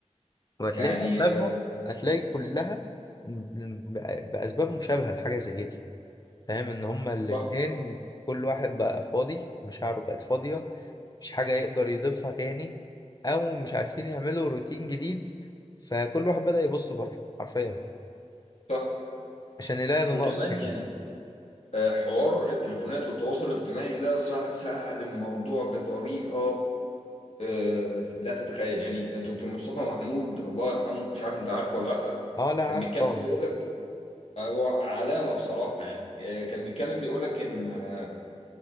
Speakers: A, on the left; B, on the left.
A: وهتلاقي
B: يعني
A: أغلبها
B: آه،
A: هتلاقي كلها ب- بأسباب مشابهة لحاجة زي دي فاهم إن هما الاتنين
B: صح
A: كل واحد بقى فاضي مشاعره بقت فاضية مش حاجة يقدر يضيفها تاني أو مش عارفين يعملوا روتين جديد فكل واحد بدأ يبص بره حرفيا
B: صح
A: عشان يلاقي اللي
B: وكمان
A: ناقص فيه
B: يعني آه، حوار التليفونات والتواصل الاجتماعي ده صح سهل الموضوع بطريقة آه، لا تتخيل يعني دكتور مصطفى محمود الله يرحمه مش عارف أنت عارفه ولا لأ
A: اه لا
B: كان
A: عارف
B: بيتكلم
A: طبعا
B: بيقول لك هو علامة بصراحة يعني آه، كان بيتكلم بيقول لك إن آه،